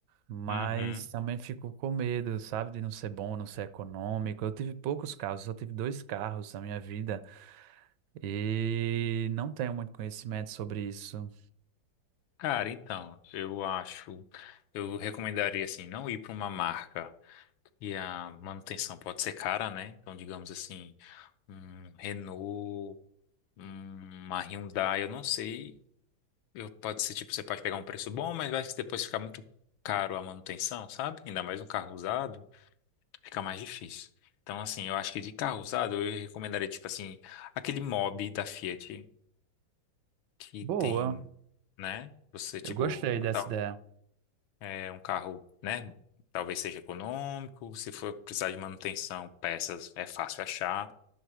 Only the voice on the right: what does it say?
mas
também fico com medo, sabe, de não ser bom, não ser econômico. Eu tive poucos carros, só tive dois carros na minha vida e não tenho muito conhecimento sobre isso.
Boa,
eu gostei dessa
ideia.